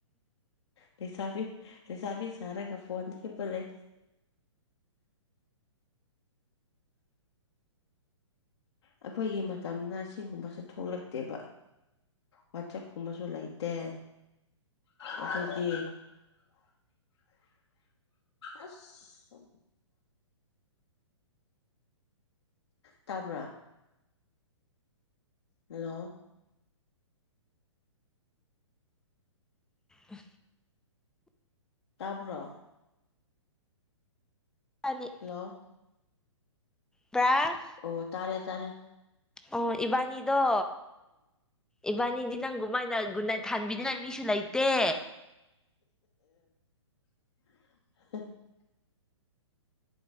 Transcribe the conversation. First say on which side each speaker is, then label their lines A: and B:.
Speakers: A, on the left; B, in the centre.
A: ꯂꯩꯁꯥꯕꯤ ꯂꯩꯁꯥꯕꯤ ꯁꯥꯔꯒ ꯐꯣꯟꯅ ꯍꯤꯞꯄ ꯂꯩ ꯑꯩꯈꯣꯏꯒꯤ ꯃꯇꯝꯅ ꯁꯤꯒꯨꯝꯕꯁꯦ ꯊꯣꯛꯂꯛꯇꯦꯕ ꯋꯥꯆꯞꯀꯨꯝꯕꯁꯨ ꯂꯩꯇꯦ ꯑꯩꯈꯣꯏꯗꯤ ꯑꯁ ꯇꯥꯕ꯭ꯔ ꯍꯂꯣ
B: ꯑ
A: ꯇꯕ
B: ꯏꯕꯥꯅꯤ
A: ꯍꯜꯂꯣ
B: ꯕ꯭ꯔꯥ
A: ꯑꯣ ꯇꯥꯔꯦ ꯇꯔꯦ
B: ꯑꯣ ꯏꯕꯥꯅꯤ ꯗꯣ ꯏꯕꯥꯅꯤ ꯏꯗꯤ ꯅꯪꯒꯨꯝ ꯃꯥꯏꯅꯒꯨꯅ ꯊꯥꯟꯕꯤꯅꯤꯡꯉ ꯃꯤꯁꯨ ꯂꯩꯇ
A: <inaudible>